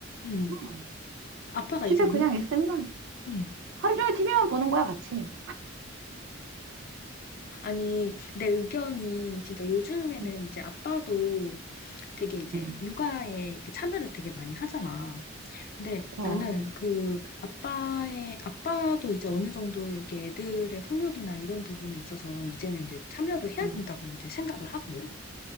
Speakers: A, on the left; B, on the right.
A: 응.
B: 응,
A: 아빠가
B: 집에
A: 이제 운,
B: 그냥 있으면
A: 음.
B: 하루 종일 TV만 보는 거야 같이.
A: 아니, 내 의견이 진짜 요즘에는
B: 음,
A: 이제 아빠도 되게 이제
B: 음,
A: 육아에 이렇게 참여를 되게 많이 하잖아. 근데
B: 그럼
A: 나는 그 아빠의, 아빠도 이제 어느 정도 이렇게 애들의 훈육이나 이런 부분에 있어서 이제는 이제 참여를 해야
B: 음.
A: 된다고 이제 생각을 하거든.